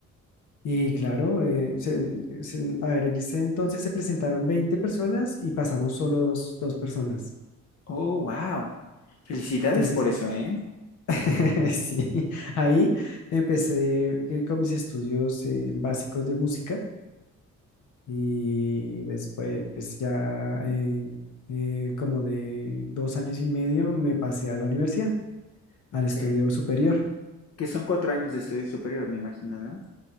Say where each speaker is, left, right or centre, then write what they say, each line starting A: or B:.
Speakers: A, on the left; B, on the left.
A: y claro, eh, se- se- a ver, en ese entonces se presentaron 20 personas y pasamos solo dos, dos personas.
B: Oh, wow. Felicidades
A: Entonces,
B: por eso, ¿eh?
A: <laughs> Sí, ahí empecé eh, con mis estudios eh, básicos de música y después ya eh, eh, como de dos años y medio me pasé a la universidad,
B: Ok.
A: al estudio superior.
B: Que son cuatro años de estudio superior, me imagino, ¿no?